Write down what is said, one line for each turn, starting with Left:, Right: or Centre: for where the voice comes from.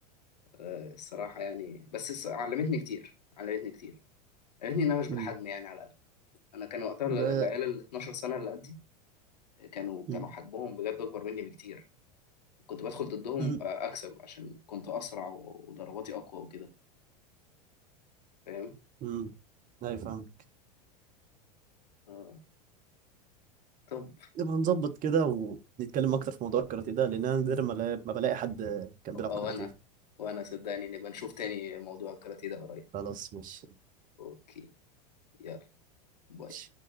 Left: آه، الصراحة يعني بس الص- علمتني كتير علمتني كتير علمتني إن أنا مش بالحجم
Right: امم
Left: يعني على الأقل أنا كان وقتها ال-
Right: ب...
Left: العيال ال 12 سنة اللي قدي كانوا
Right: م-
Left: كانوا حجمهم بجد أكبر مني بكتير كنت بدخل ضدهم
Right: م-
Left: آه، أكسب عشان كنت أسرع و- وضرباتي أقوى وكده فاهم
Right: م. ايوه فاهم
Left: آه، طب
Right: نبقى نظبط كده ونتكلم اكتر في موضوع الكاراتيه ده لان انا نادر ما لا- ما بلاقي حد كان
Left: آه،
Right: بيلعب كاراتيه
Left: وأنا وأنا صدقني نبقى نشوف تاني موضوع الكاراتيه ده قريب
Right: خلاص ماشي
Left: أوكي يلا باي
Right: ماشي.